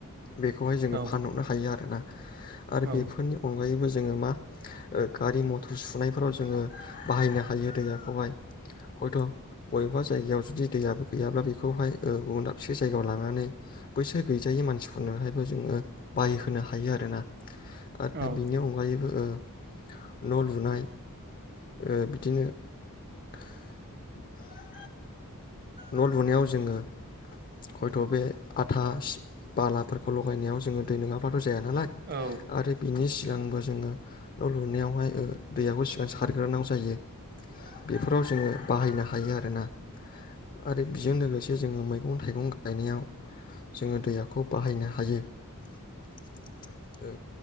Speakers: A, on the left; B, on the right.
A: बेखौहाय जोङो
B: औ
A: फानहरनो हायो आरो। <inaudible> आरो
B: औ
A: बेफोरनि अनगायैबो जोङो मा गारि मथर सुनायफोराव जोङो बाहायनो हायो दैयाखौहाय हयथ बबेबा जायगायाव जुदि दैयाबो गैयाब्ला बेखौहाय गुबुन दाबसे जायगायाव लांनानै बैसो गैजायो मानसि फनोहायबो जोङो बायहोनो हायो आरो ना आरो
B: औ
A: बिनि अनगायैबो ओ न' लुनाय ओ बिदिनो <inaudible> न' लुनायाव जोंङो हयथ' बे आथा सि बालाफोरखौ लगायनायाव जोङो दै नङाबा थ नालाय
B: औ
A: आरो बिनि सिगांबो जोङो न' लुनायावहाय ओ दैआखौ सिगां सारग्रोनांगौ जायो। बेफोराव जोङो बाहायनो हायो आरोना आरो बेजों लोगोसे जोङो मै गं थाइगं गायनायाव जोङो दैयाखौ बाहायनो हायो ओ